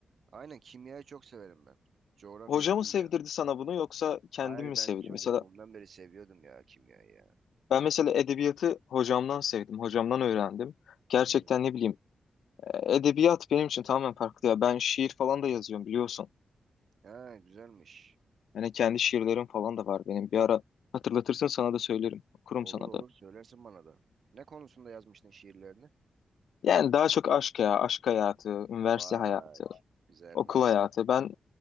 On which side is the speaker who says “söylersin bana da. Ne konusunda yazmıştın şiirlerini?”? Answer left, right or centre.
Right